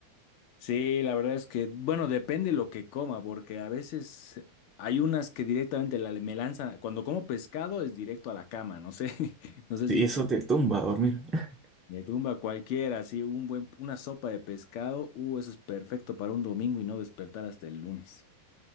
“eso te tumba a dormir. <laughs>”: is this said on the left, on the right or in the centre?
Right